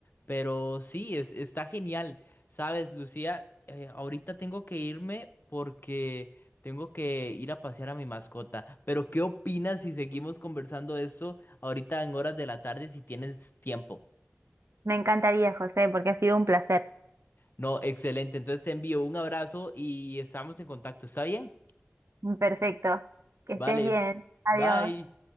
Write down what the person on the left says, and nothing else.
Pero sí, es, está genial. Sabes, Lucía, Eh, ahorita tengo que irme porque tengo que ir a pasear a mi mascota. Pero, ¿qué opinas si seguimos conversando de esto ahorita en horas de la tarde si tienes tiempo?
No, excelente. Entonces te envío un abrazo y estamos en contacto. ¿Está bien?
Vale,
bye.